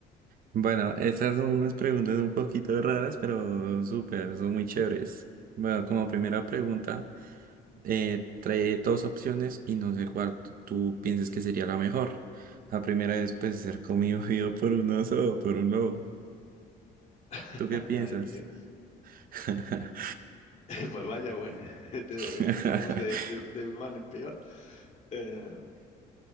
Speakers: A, on the right; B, on the left.
A: Bueno, estas son unas preguntas un poquito raras, pero súper, son muy chéveres. Bueno, como primera pregunta, eh, trae dos opciones y no sé cuál t- tú piensas que sería la mejor. La primera es, pues, ser comido <laughs> vivo por un oso o por un lobo.
B: <laughs>
A: ¿Tú qué piensas?
B: Ay, Dios.
A: <laughs>
B: <laughs> Pues vaya, bueno, <laughs> de-
A: <laughs>
B: vamos de, de- de mal en peor. Eh,